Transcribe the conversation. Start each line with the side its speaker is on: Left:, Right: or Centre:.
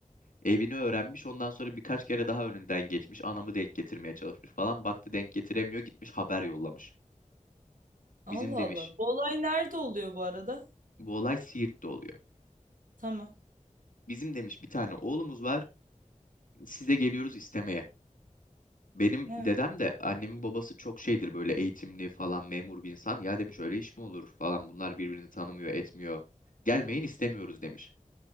Left: Evini öğrenmiş, ondan sonra birkaç kere daha önünden geçmiş. Anamı denk getirmeye çalışmış falan. Baktı denk getiremiyor, gitmiş haber yollamış.
Right: Allah
Left: Bizim demiş,
Right: Allah. Bu olay nerede oluyor bu arada?
Left: bu olay Siirt'te oluyor.
Right: Tamam.
Left: Bizim demiş bir tane oğlumuz var. Size geliyoruz istemeye. Benim
Right: Evet.
Left: dedem de annemin babası çok şeydir böyle eğitimli falan memur bir insan. Ya demiş öyle iş mi olur falan bunlar birbirini tanımıyor etmiyor. Gelmeyin istemiyoruz demiş.